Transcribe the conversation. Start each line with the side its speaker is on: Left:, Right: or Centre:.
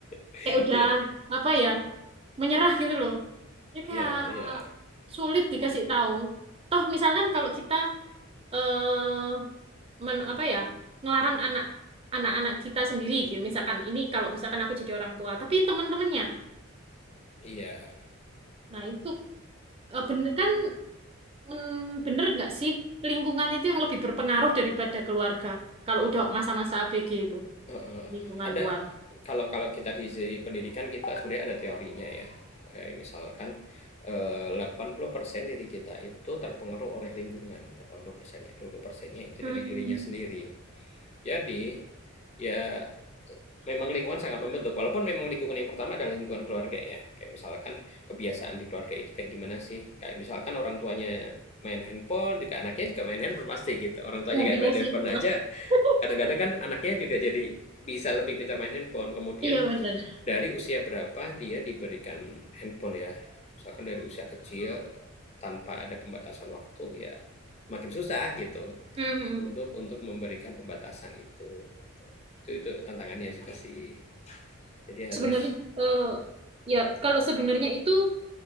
Left: <laughs>
Right: kayak udah
Left: iya,
Right: apa ya, menyerah gitu loh. Jadi kayak
Left: iya iya,
Right: sulit dikasih tahu. Toh misalkan kalau kita eh men, apa ya, ngelarang anak anak-anak kita sendiri gitu. Misalkan ini kalau misalkan aku jadi orang tua, tapi teman-temannya
Left: iya.
Right: Nah, itu eh, bener kan men- bener nggak sih lingkungan itu yang lebih berpengaruh daripada keluarga kalau udah masa-masa ABG itu
Left: Heeh.
Right: lingkungan
Left: Ada
Right: luar.
Left: kalau kalau kita di sisi pendidikan kita sebenarnya ada teorinya ya. Kayak misalkan eh, 80% diri kita itu terpengaruh oleh lingkungan. 80%-nya, 20%-nya itu
Right: Hmm.
Left: dari dirinya sendiri. Jadi ya memang lingkungan sangat membentuk walaupun memang lingkungan yang pertama adalah lingkungan keluarga ya kayak misalkan kebiasaan di keluarga itu kayak gimana sih kayak misalkan orang tuanya main handphone juga anaknya juga main handphone pasti gitu orang tuanya
Right: Nah,
Left: kayak
Right: iya
Left: main handphone
Right: sih. <laughs>
Left: aja kadang-kadang kan anaknya juga jadi bisa lebih pintar main handphone kemudian
Right: Iya bener.
Left: dari usia berapa dia diberikan handphone ya misalkan dari usia kecil tanpa ada pembatasan waktu ya makin susah gitu
Right: Mhm.
Left: untuk untuk memberikan pembatasan itu gitu itu itu tantangannya juga sih jadi
Right: Sebenarnya
Left: harus
Right: eh, ya kalau sebenarnya itu